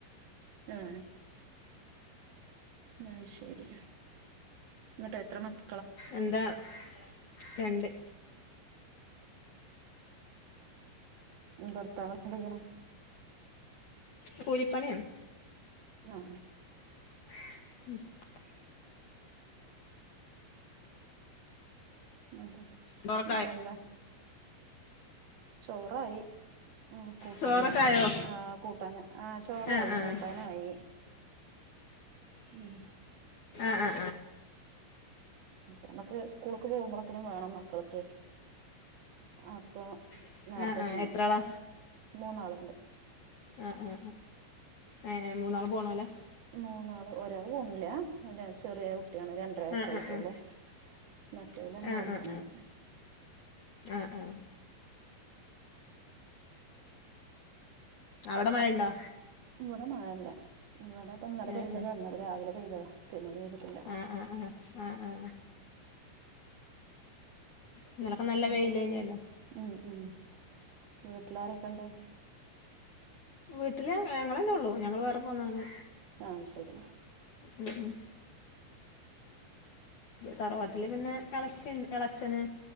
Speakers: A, on the right (about 65°); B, on the left (about 55°).
A: ആ അ ശരി ന്നിട്ട് എത്ര മക്ക
B: എന്താ? എത്ര മക്കളാ? രണ്ട്
A: ഭർത്താവ് എന്ത്യ്യണ്?
B: കൂലിപ്പണ്യാണ്.
A: ആ ആ
B: <inaudible>
A: അതെ
B: ചോറൊക്കായ
A: ഇന്നട്ട് എന്താ ചോറായി ഉം കൂട്ടാന്.
B: ചോറൊക്കായോ
A: ആ കൂട്ടാന് ആഹ് ചോറായി
B: ആ ആ
A: കൂട്ടാനായി. മം
B: ആ ആ
A: നമ്മുക്ക് സ്കൂളക്ക് പോകുമ്പോളെക്കനും വേണം മക്കള് ക്കെ അപ്പ
B: ആ
A: നേർത്തെ
B: ആ
A: ചിയ്യും.
B: എത്രാളാ
A: മൂന്നാള്ണ്ട്.
B: ആ ആ ആ ഏ മൂന്നാള് പോണല്ലേ
A: മൂന്നാള് ഒരാള് പോണില്ല <unintelligible> ചെറിയ കുട്ടിയാണ് രണ്ടര വയസ്സായിട്ടുള്ളൂ
B: ആ ആ ആ ആ
A: മറ്റവല് രണ്ടാളും
B: ആ
A: പോണുണ്ട്
B: ആ ആ ആ അവിടെ മഴണ്ടോ?
A: ഇവിടെ മഴേല്ല ഇവിടെ ഇപ്പ ഇന്നലെ
B: ആ
A: പെയ്തതാ
B: ആ
A: ഇന്നലെ രാവിലെ പെയ്തതാ പിന്നെ പെയ്തിട്ടില്ല <inaudible>
B: ആ ആ ആ ആ ആ ഇന്നലൊക്കെ നല്ല
A: നട്ട്
B: വെയിലേനിയല്ലോ
A: ഉം ഉം വീട്ടിലാരൊക്കെ ഇണ്ട്
B: വീട്ടില് ഞങ്ങളലന്നെ ഉള്ളൂ ഞങ്ങള് വേറെ പോന്നാണ്
A: ആഹ് ശരി
B: ഉം ഉം തറവാട്ടില് പിന്നെ എളച്ചി എളച്ചന്